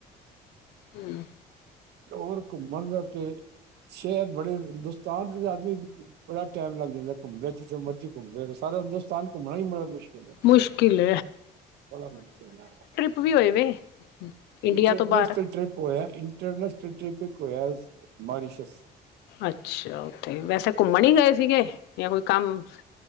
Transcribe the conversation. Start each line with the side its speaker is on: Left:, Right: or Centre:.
Left: ਹੂੰ।
Right: ਹੋਰ ਘੁੰਮਣ ਦਾ ਤੇ ਸ਼ੈਰ ਬੜੇ ਹਿੰਦੁਸਤਾਨ ਦੇ ਆਦਮੀ ਬੜਾ ਟੈਮ ਲੱਗ ਜਾਂਦਾ ਘੁੰਮਦੇ ਜਿੱਥੇ ਮਰ ਜੀ ਘੁੰਮਦੇ ਸਾਰਾ ਹਿੰਦੂਸਤਾਨ ਘੁੰਮਣਾ ਈ ਬੜਾ ਮੁਸ਼ਕਿਲ ਏ
Left: ਮੁਸ਼ਕਿਲ
Right: ਬੜਾ ਮੁਸ਼ਕਿਲ ਐ।
Left: ਤੁਸੀ ਵੀ ਹੋਏ ਵੇ। ਇੰਡੀਆ
Right: ਇੰਟਰਨੈਸ਼ਨਲ
Left: ਤੋਂ ਬਾਹਰ
Right: ਟ੍ਰਿਪ ਹੋਇਆ ਇੰਟਰਨੈਸ਼ਨਲ ਟ੍ਰਿਪ ਇੱਕ ਹੋਇਆ ਮਾਰੀਸ਼ਸ।
Left: ਅੱਛਾ ਉੱਥੇ ਵੈਸੇ ਘੁੰਮਣ ਈ ਗਏ ਸੀਗੇ ਯਾਂ ਕੋਈ ਕੰਮ?